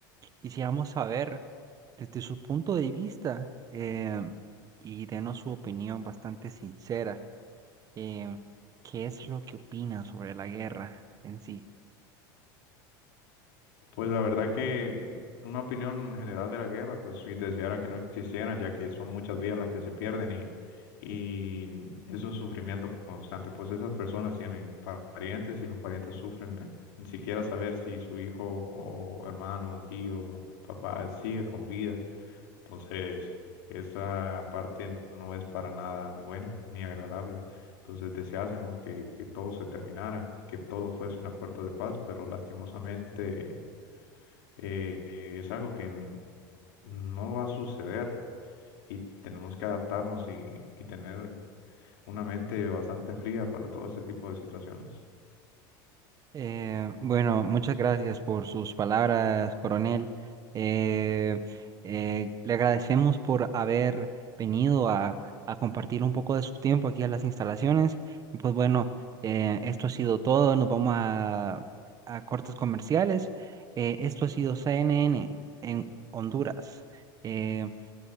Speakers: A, on the right; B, on the left.
A: quisiéramos saber. desde su punto de vista em, y denos su opinión bastante sincera. em, ¿qué es lo que opina sobre la guerra en sí?
B: Pues la verdad que una opinión general de la guerra, pues si deseara que no existieran, ya que son muchas vidas las que se pierden y, y es un sufrimiento constante. Pues esas personas tienen pa- parientes y los parientes sufren, eh, ni siquiera saber si su hijo o hermano, tío, papá sigue con vida. Entonces, esa parte no es para nada buena ni agradable. Entonces deseásemos que, que todo se terminara, que todo fuese un acuerdo de paz, pero lastimosamente eh, eh, es algo que n- no va a suceder y tenemos que adaptarnos y, y tener una mente bastante fría para todo ese tipo de situaciones.
A: Eh, bueno, muchas gracias por sus palabras, coronel. Eh, eh, le agradecemos por haber venido a, a compartir un poco de su tiempo aquí a las instalaciones. Y pues bueno, eh, esto ha sido todo. Nos vamos a, a cortes comerciales. Eh, esto ha sido CNN en Honduras. Eh,